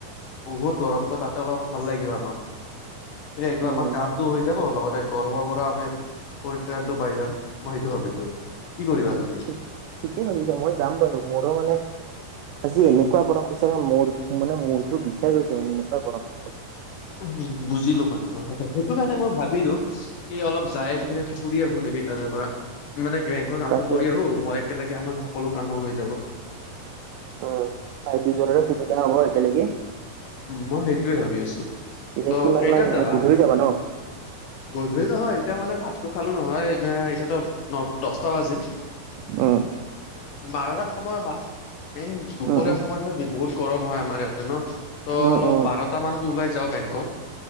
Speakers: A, on the left (about 65°); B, on the right (about 85°).
A: বহুত গৰমটো তাতে অলপ ভাল লাগিব আমাৰ <unintelligible> আমাৰ
B: উম
A: কামতটো হৈ যাব লগতে গৰমৰ পৰা আমি পৰিত্ৰাণটো পাই যাম মই সেইটো ভাবিলো। কি কৰিবা
B: উ
A: তুমি?
B: ঠিক ঠিকেই ভাবিছা মই যাম বাৰু মোৰো মানে আজি এনেকুৱা গৰম পইচে মূৰ মানে মূৰটো বিষাই গৈছে মানে এনেকুৱা গৰম পইচে অজি।
A: উ বুজিলো ভ কথা সেইটো কাৰণে মই ভাবিলো কি অলপ যায় খুনে
B: উম
A: ফুৰি আহো নেকি তাৰে পৰা? মানে বেংকৰ কামটো
B: তাকে
A: কৰি আহো মই একেলগে আমাৰ সকলো কামো হৈ যাব।
B: অ ত দুজনৰে সুবিধা হ'ব একেলগে।
A: উ মই সেইটোয়ে ভাবি আছো,
B: পিছে
A: ত
B: কিমান
A: কেইটাত
B: মান মানে
A: যাবা?
B: গধূলি ন
A: গধূলি নহয় এতিয়া মানে ভাতটো খালো নহয় এতিয়া তো ন দচটা বাজিল
B: উম্।
A: বাৰটা সময় বা মেইন দুপৰীয়া
B: উম উম
A: সময়ত বহুত গৰম হয় আমাৰ ইয়াতে ন? ত'
B: উম
A: অলপ
B: উম
A: বাৰটা মানত ওলাই যাও বেংক।